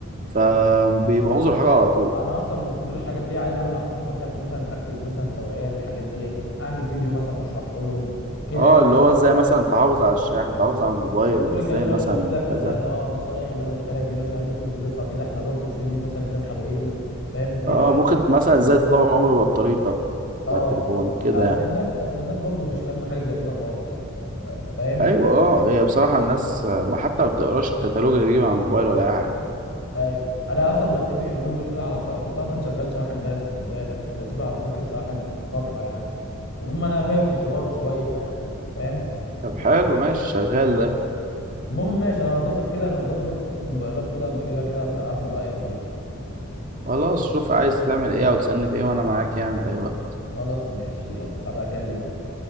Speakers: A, on the right; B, on the left.
A: فبيبوظوا الحاجه على طول
B: انا اصلا من كتر الحاجات دي عايز اعمل على الصفحه بتاعتي مثلا اكتب مثلا توعيه للحاجات ديت اعمل فيديو مثلا واشرحه لهم كده
A: اه
B: يعني.
A: اللي
B: طالما
A: هو ازاي مثلا تحافظ على الشاحن تحافظ على الموبايل
B: شفت كل
A: ازاي
B: الكلام اللي
A: مثلا
B: انا قلته لك مثلا
A: كذا
B: اه النصايح اللي انا قلتها لك دي مثلا ممكن نضيفها كده احنا برضو في فيديو مثلا للناس حبايبنا فاهم كده
A: اه ممكن مثلا ازاي تطور عمر بطاريتك
B: اه
A: بتاع التليفون كده
B: اصل
A: يعني
B: الناس اصل الناس برضو مش فاهمه حاجه زي كده خالص آه، فاهم
A: ايوه اه هي بصراحه الناس ما حتى ما بتقراش الكتالوج اللي بيجي مع الموبايل ولا اي حاجه
B: ايوه انا اصلا بتفق اليومين دول كده على ص... كنت اصلا شغال شواحن بس خد بالك كنت بتفق على صفقه شواحن فتره يعني فالمهم انا فاهم في الحوار شويه يعني فاهم
A: طب حلو ماشي شغال
B: المهم ماشي انا هظبط كده انا قدامي برضو صفقه موبايلات كده اما اجيبها كده ابقى اخد رايك فيها
A: خلاص شوف عايز تعمل ايه او تسألني في ايه وانا معاك يعني في اي وقت
B: خلاص ماشي يلا هبقى اكلم